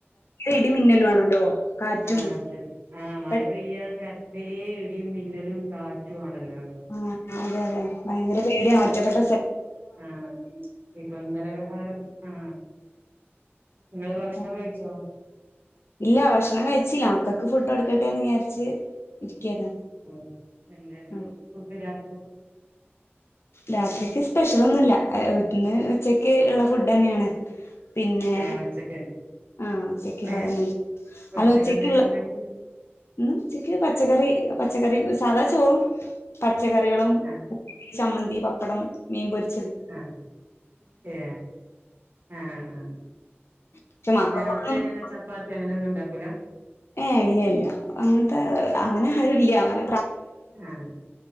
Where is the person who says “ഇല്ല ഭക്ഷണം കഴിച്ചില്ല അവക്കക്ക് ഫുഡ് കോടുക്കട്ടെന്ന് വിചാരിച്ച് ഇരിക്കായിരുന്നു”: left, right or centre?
Left